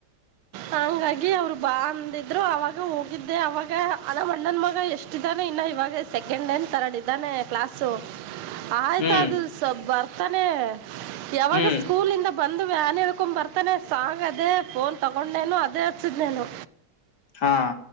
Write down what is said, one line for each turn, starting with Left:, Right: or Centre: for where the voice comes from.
Right: ಹಂಗಾಗಿ ಅವ್ರು ಬಾ ಅಂದಿದ್ರು ಅವಾಗ ಹೋಗಿದ್ದೆ ಅವಾಗ ಅದ ಅಣ್ಣನ್ ಮಗ ಎಷ್ಟು ದನ ಇವಾಗ ಸೆಕೆಂಡ್ ಏನ್ ತರಡ್ ಇದ್ದಾನೆ ಕ್ಲಾಸ್ ಆಯ್ತ
Left: ಹ್ಮ್
Right: ಅದು ಸ್ ಬರ್ತಾನೆ ಯಾವಾಗ
Left: ಹ್ಮ್
Right: ಸ್ಕೂಲಿಂದ ಬಂದು ವ್ಯಾನ್ ಹೇಳ್ಕೊಬರ್ತಾನೆ ಸಾಂಗ್ ಅದೇ ಫೋನ್ ತಗೊಂಡ್ ನೇನು ಅದೇ ಹಸಿದ್ ನೇನು
Left: ಹಾ